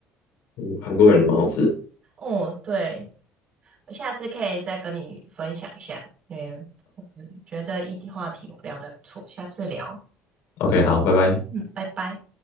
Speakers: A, on the left; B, on the right.
A: 嗯韩国感觉蛮好吃的。
B: 哦，对。我下次可以再跟你分享一下，因为我觉得一题话题我聊得不错，下次聊，
A: OK，好，拜拜。
B: 嗯，拜拜。